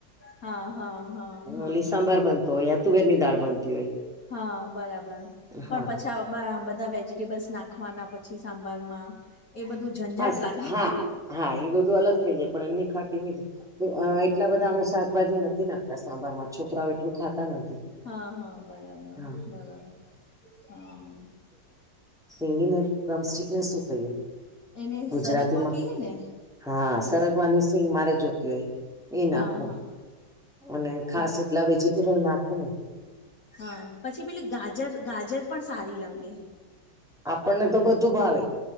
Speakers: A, on the left; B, in the centre.
A: હા હા હા હા
B: ઓલી સાંભાર બનતો હોય. તુવેર ની દાળ બનતી હોય.
A: હા બરાબર
B: હા
A: પણ પછા બધા વેજીિટેબલ્સ નાખવાના પછી સાંભારમાં એ બધું ઝંઝટ
B: હા
A: લાગે
B: હા હા એ બધું અલગ થઇ જાય પણ એમની ખાટી મીઠી એટલા બધા અમે શાકભાજી નથી નાખતા સાંભાર માં છોકરાઓ એટલું ખાતા નથી.
A: હા હા બરાબર
B: હા
A: બરાબર હા.
B: સિંગિલ રમસ્ટિક ને શું કહીએ?
A: એને
B: ગુજરાતીમાં
A: સરગવા કહિયે ને.
B: હા સરગવાની સિંંગ મારે જોતી હોય એ નાખો.
A: હા હા
B: અને ખાસ
A: હા
B: એટલા વેજીિટેબલ નાખો નઈ.
A: હા પછી પેલી ગાજર ગાજર પણ સારી લાગે.
B: આપણને તો બધું ભાવે.